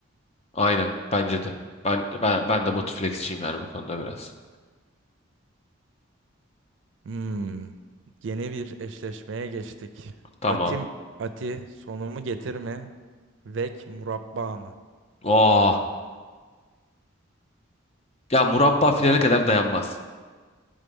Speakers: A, on the left (about 30°); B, on the right (about 65°).
A: Aynen bence de. Ben ben ben de Botuflex'çiyim yani bu konuda biraz.
B: Hmm. Yeni bir eşleşmeye geçtik.
A: Tamam.
B: Atim Ati sonumu getirme. Vek murabba mı?
A: Aa, ya murabba finale kadar dayanmaz.